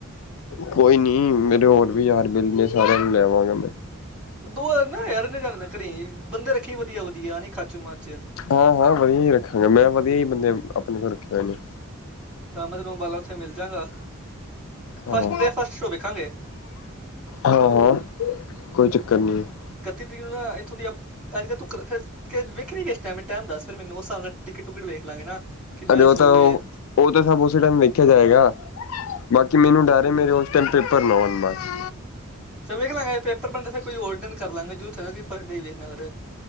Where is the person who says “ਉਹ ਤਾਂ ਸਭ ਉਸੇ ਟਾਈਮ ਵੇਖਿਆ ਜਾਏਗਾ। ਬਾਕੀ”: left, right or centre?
Left